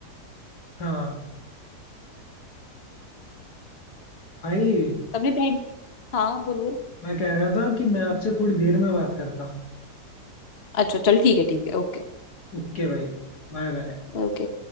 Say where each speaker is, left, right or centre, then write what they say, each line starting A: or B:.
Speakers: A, on the left; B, on the left.
A: हाँ भाई
B: अपनी बहन हाँ बोलो
A: मैं कह रहा था कि मैं आपसे थोड़ी देर में बात करता हूँ
B: अच्छा चल ठीक है ठीक है ओके
A: ओके भाई Bye bye
B: ओके